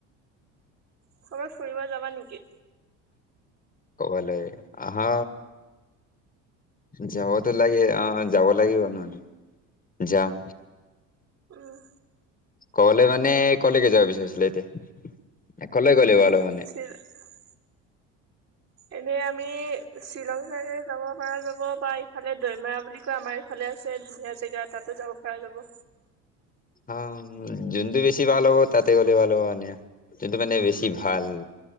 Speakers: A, on the right; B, on the left.
A: ক'বাত ফুৰিব যাবা নেকি?
B: বলে আহা। যাবতো লাগে অ' যাব লাগিব নহ'লে যাম।
A: উম।
B: কবালে মানে কলেকে যাব বিচাৰিছিলে এতিয়া? কলৈ গ'লে ভাল
A: উ <unintelligible>
B: হ'ব মানে
A: এনে আমি শ্বিলং চাইৰে যাব পাৰা যাব বা ইফালে দৈমাৰা বুলি কয় আমা এইফালে আছে। এ ধুনীয়া জেগা তাতো যাব পা যাব।
B: অ' জোনটো বেছি ভাল হ'ব তাতে গ'লে ভাল হ'ব মানে। তেটো মানে বেছি
A: উম
B: ভাল।